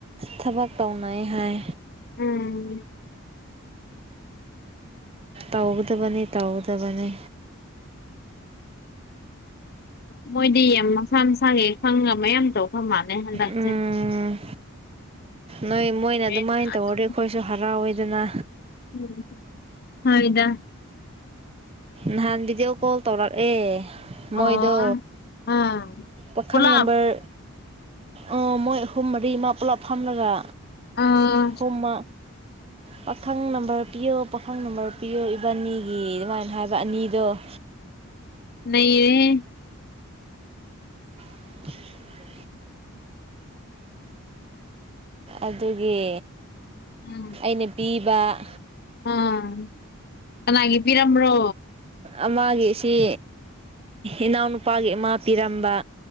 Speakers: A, on the right; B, on the left.
A: ꯊꯕꯛ ꯇꯧꯅꯩ ꯍꯥꯏ
B: ꯎꯝ
A: ꯇꯧꯒꯗꯕꯅꯤ ꯇꯧꯒꯗꯕꯅꯤ꯫
B: ꯃꯣꯏꯗꯤ ꯌꯥꯝ ꯃꯁꯥ ꯃꯁꯥꯒꯤ ꯈꯪꯅ ꯃꯌꯥꯝ ꯇꯧꯕꯥ ꯃꯥꯜꯂꯦ ꯍꯟꯗꯛꯁꯦ꯫
A: ꯎꯝ ꯅꯣꯏ ꯃꯣꯏꯅ
B: ꯍꯣꯔꯦꯟ
A: ꯑꯗꯨꯃꯥꯏꯅ
B: ꯑꯗꯨꯝ
A: ꯇꯧꯔꯗꯤ ꯑꯩꯈꯣꯏꯁꯨ ꯍꯔꯥꯎꯋꯤꯗꯅꯥ
B: ꯎꯝ ꯍꯣꯏꯗ
A: ꯅꯍꯥꯟ ꯚꯤꯗꯤꯑꯣ ꯀꯣꯜ ꯇꯧꯔꯛꯑꯦ
B: ꯑꯣ
A: ꯃꯣꯏꯗ
B: ꯑꯥ
A: ꯄꯥꯈꯪ
B: ꯄꯨꯂꯞ
A: ꯅꯝꯕꯔ ꯑꯣ ꯃꯣꯏ ꯍꯣ ꯔꯤꯃꯥ ꯄꯨꯂꯞ ꯐꯝꯂꯒ
B: ꯑꯥ
A: ꯍꯣꯃ ꯄꯥꯈꯪ ꯅꯝꯕꯔ ꯄꯤꯌꯣ ꯄꯥꯈꯪ ꯅꯝꯕꯔ ꯄꯤꯌꯣ ꯏꯕꯥꯅꯤꯒꯤ ꯑꯗꯨꯃꯥꯏꯅ ꯍꯥꯏꯕ ꯑꯅꯤꯗꯣ
B: ꯅꯩꯔꯦꯍꯦ
A: <inaudible> ꯑꯗꯨꯒꯤ
B: ꯎꯝ
A: ꯑꯩꯅ ꯄꯤꯕ
B: ꯑꯥ ꯀꯅꯥꯒꯤ ꯄꯤꯔꯝꯕ꯭ꯔꯣ?
A: ꯑꯃꯒꯤꯁꯤ ꯏꯅꯥꯎꯅꯨꯄꯥꯒꯤ ꯑꯃꯥ ꯄꯤꯔꯝꯕ